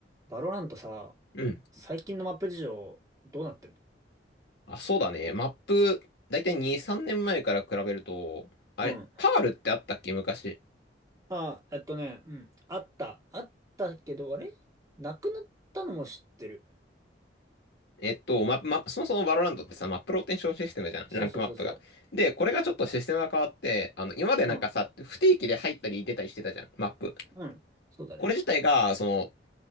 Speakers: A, on the right (about 20°); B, on the left (about 70°).
A: バロラントさ、
B: うん。
A: 最近のマップ事情、どうなってる
B: あ、そうだね。マップ、だいたい2、3年前から比べると、あれ、
A: うん。
B: パールってあったっけ昔。
A: あ、えっとね、うん。あった。あったけど、あれなくなったのも知ってる。
B: えっと、ま、ま、そもそもバロランドってさ、マップローテンションシステムじゃん。
A: そうそうそうそ
B: ランクマップが。で、これがちょっとシステムが変わって、あの、今までなんかさ、
A: う。うん。
B: 不定期で入ったり出たりしてたじゃん、マップ。
A: うん。そうだね。
B: これ自体が、その、